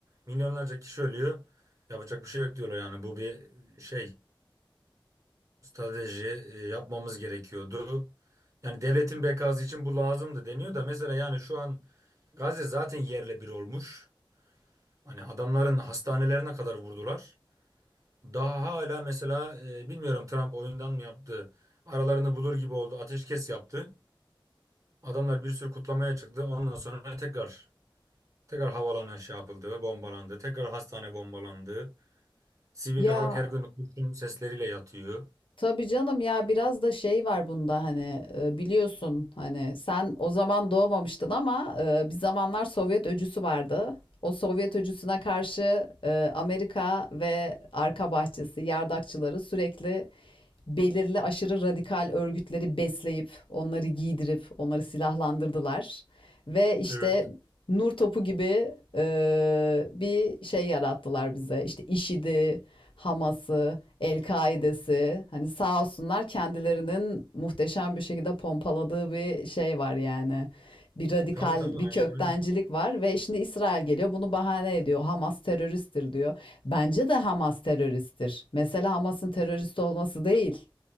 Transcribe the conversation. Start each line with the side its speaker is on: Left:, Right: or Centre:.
Right: milyonlarca kişi ölüyor. Yapacak bir şey yok diyorlar yani bu bir şey strateji e, yapmamız gerekiyordu. Yani devletin bekası için bu lazımdı deniyor da mesela yani şu an Gazze zaten yerle bir olmuş. Hani adamların hastanelerine kadar vurdular. Daha hala mesela e, bilmiyorum Trump oyundan mı yaptı? Aralarını bulur gibi oldu. Ateşkes yaptı. Adamlar bir sürü kutlamaya çıktı. Ondan sonra tekrar tekrar havaalanı şey yapıldı, ve bombalandı. Tekrar hastane bombalandı. Sivil
Left: Ya
Right: halk her gün kurşun sesleriyle yatıyor.
Left: tabii canım ya biraz da şey var bunda hani e, biliyorsun hani sen o zaman doğmamıştın ama e, bir zamanlar Sovyet öcüsü vardı. O Sovyet öcüsüne karşı e, Amerika ve arka bahçesi yardakçıları sürekli belirli aşırı radikal örgütleri besleyip, onları giydirip, onları silahlandırdılar. Ve işte
Right: Evet.
Left: nur topu gibi e, bir şey yarattılar bize. İşte IŞİD'i, Hamas'ı, El-Kaide'si. Hani sağ olsunlar kendilerinin muhteşem bir şekilde pompaladığı bir şey var yani. Bir radikal,
Right: Tabii tabii
Left: bir
Right: aynen
Left: köktencilik
Right: öyle.
Left: var ve şimdi İsrail geliyor bunu bahane ediyor. Hamas teröristtir diyor. Bence de Hamas teröristtir. Mesela Hamas'ın terörist olması değil.